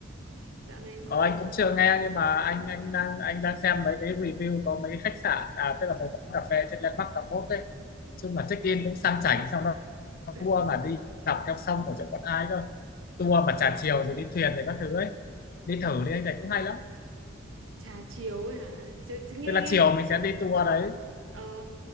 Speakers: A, on the right; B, on the left.
A: dạo này mọi
B: ờ,
A: người
B: anh cũng chưa nghe nhưng mà anh
A: đấy.
B: anh đang anh đang xem mấy cái review có mấy cái khách sạn à tức là mấy quán cà phê trên Landmark 81 đấy chung là check in cũng sang chảnh xong
A: <laughs>
B: tour mà đi dọc theo sông của chỗ Quận Ai cơ tour mà trà
A: đấy.
B: chiều rồi đi thuyền rồi các thứ ấy đi thử đi anh này cũng hay lắm
A: trà chiều ấy hả chứ, chứ nghe
B: tức là
A: nghe
B: chiều mình sẽ đi tour đấy
A: ờ